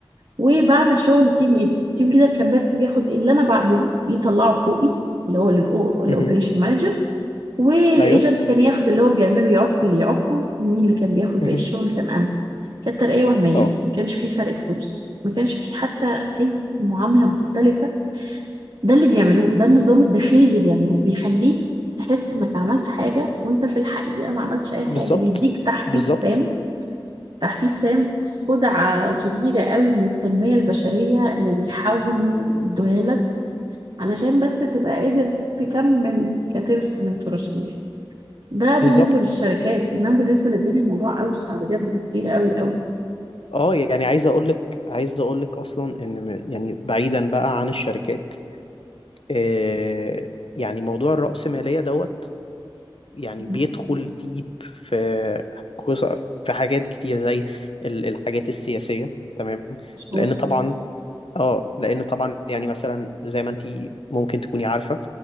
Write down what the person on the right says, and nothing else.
وبعمل شغل التيم ليدر التيم ليدر كان بس بياخد اللي انا بعمله يطلعه فوقي اللي هو للاوبريشن
مانجر والايجنت
كان ياخد اللي هو بيعمله يعق اللي يعقه ومين اللي كان بياخد باقي
الشغل كان انا كانت ترقية وهمية
ما كانش في فرق فلوس ما كانش في حتى أي معاملة مختلفة ده اللي بيعملوه ده النظام الداخلي اللي بيعملوه بيخليك تحس إنك عملت حاجة وإنت في الحقيقة ما عملتش أي حاجة
بيديك تحفيز
سام تحفيز سام خدعة كبيرة قوي من التنمية البشرية اللي بيحاولوا يدوها لك علشان بس تبقى قادر تكمل كترس من تراثهم يعني ده بالنسبة
للشركات إنما بالنسبة للدنيا الموضوع أوسع بجد بكتير قوي قوي
مهم.
مظبوط